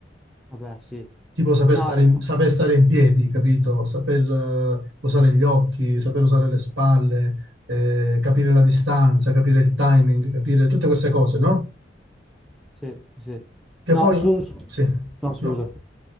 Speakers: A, in the centre; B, on the right.
A: Vabbè, sì.
B: Tipo saper
A: No,
B: stare
A: è
B: in,
A: più...
B: saper stare in piedi, capito? Saper eh, usare gli occhi, saper usare le spalle, eh, capire la distanza, capire il timing, capire tutte queste cose, no?
A: sì, sì, sì.
B: Che
A: No,
B: poi,
A: su... su-
B: sì,
A: No, scusa.
B: no.